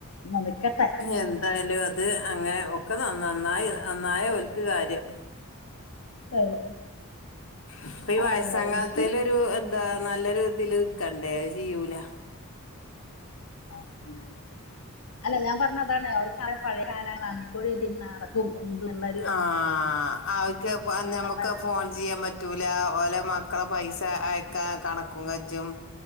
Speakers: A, on the left (about 80°); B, on the left (about 65°).
A: ന്നാ നിക്കട്ടെ
B: എന്തായാലും അത് അങ്ങെനെ ഒക്കെ നന്നായ നന്നായ ഓൽക്ക് കാര്യം
A: <unintelligible>
B: ഇപ്പ ഈ വയസങ്കാലത്തെലൊരു
A: പിന്നെ എനിക്ക്
B: ദ് നല്ലൊരുതില് നിക്കണ്ടേ അത് ചിയ്യൂല
A: ആഹ് അതന്നെ അല്ല ഞാ പർണതാണ് അവർക്ക പഴയ കാലങ്ങളാണ് ഇപ്പോഴി തിന്നാ കും എന്ത്നല്ലേ
B: ആഹ് അവര്ക്ക് പോഞമുക്ക്
A: ആ
B: ഫോൺ പിയ്യാംപറ്റൂൽ ലാഓലെ മക്കള പൈസ
A: ആ
B: അയക്കാ കണക്കും കജും